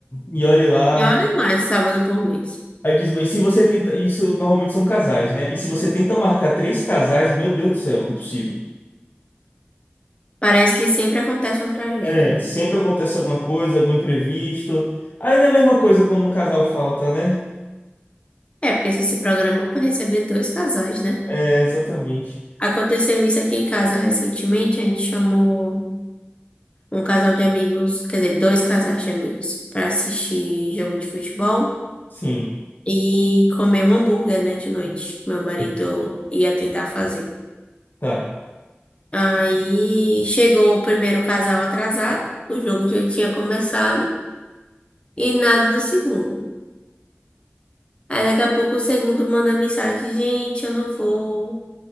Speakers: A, on the left (about 50°); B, on the left (about 25°).
A: e olhe lá.
B: E olha lá, de sábado por mês.
A: Aí diz, mas se você tenta. Isso normalmente são casais, né? E se você tenta marcar três casais, meu Deus do céu, impossível.
B: Parece que sempre acontece uma tragédia.
A: É, sempre acontece alguma coisa, algum imprevisto. Ainda é a mesma coisa quando um casal falta, né?
B: É, porque você se programou pra receber dois casais, né?
A: É, exatamente.
B: Aconteceu isso aqui em casa recentemente. A gente chamou um casal de amigos, quer dizer, dois casais de amigos, para assistir jogo de futebol
A: Sim.
B: e comer um hambúrguer, né, de noite. Meu marido
A: Isso.
B: ia tentar fazer.
A: Tá.
B: Aí chegou o primeiro casal atrasado, o jogo já tinha começado e nada do segundo. Aí daqui a pouco o segundo manda mensagem: Gente, eu não vou,